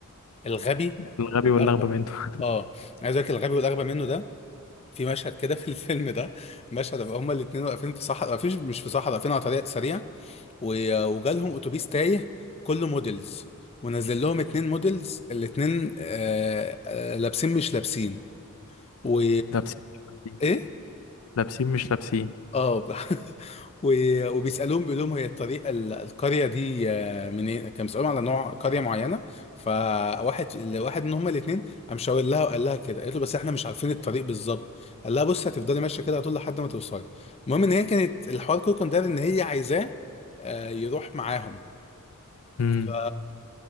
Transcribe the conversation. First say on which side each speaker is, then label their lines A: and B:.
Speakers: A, on the left (about 30°); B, on the left (about 75°).
A: الغبي
B: الغبي
A: والاغبى
B: واللغبة منه <laughs>
A: اه عايز اقول لك الغبي والاغبى منه ده في مشهد كده في الفيلم ده مشهد أبقى هما الاثنين واقفين في صحراء واقفين مش في صحراء واقفين على طريق سريع و... وجالهم اتوبيس تايه كله موديلز ونزل لهم اتنين موديلز الاتنين آه... آه... لابسين مش لابسين و...
B: لابسين مش لابسين
A: ايه
B: لابسين مش لابسين
A: اه ب- <laughs> و- وبيسالوهم بيقول لهم هي الطريق ال- القريه دي آه، منين كان بيسالوهم على نوع قريه معينه فواحد واحد من هما الاثنين قام شاور لها وقال لها كده قالت له بس احنا مش عارفين الطريق بالظبط قال لها بص هتفضلي ماشيه كده هتقول لحد ما توصلي المهم ان هي كانت الحوار كله كان داير ان هي عايزاه آه، يروح معاهم
B: امم
A: ف...